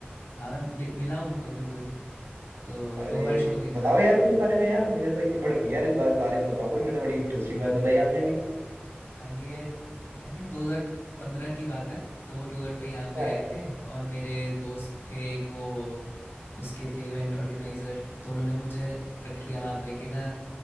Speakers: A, on the left (about 80°); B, on the right (about 85°).
A: हाँ मैं मिल- मिला हूँ उनको बिल्कुल तो
B: अरे
A: दो बार शो देखा
B: बताओ
A: मैंने
B: यार
A: उनका
B: कुछ इस बारे में यार मुझे तो इतनी बड़ी यार इस बा- बारे में बताओ कुछ मुझे बड़ी इंटरेस्टिंग बात बताई आपने अभी
A: हाँ ये आई थिंक 2015 की बात है तो वो टूर पे यहाँ पे
B: हाँ,
A: आए थे और मेरे दोस्त थे एक वो उसके थे इवेंट ऑर्गेनाइजर तो उन्होंने मुझे रख लिया वहाँ पे कि ना